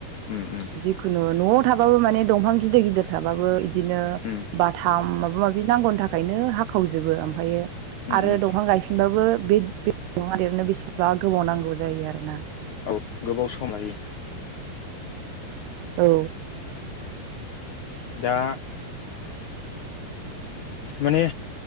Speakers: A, on the left (about 70°); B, on the right (about 80°).
A: उम उम
B: जिखुनु न' थाबाबो माने दंफां गिद गिदिर थाबाबो। बिदिनो
A: उम
B: बाथाम माबा माबि। नांगौ थाखाय। नो हावजोबो ओमफायो
A: उम
B: आरो
A: उम
B: दंफां गायफिनबाबो बे बे। नादेरनो बेसेबा गोबाव नांगौ जायो आरो ना?
A: औ गोबाव सम <unintelligible> लायो
B: औ
A: दा माने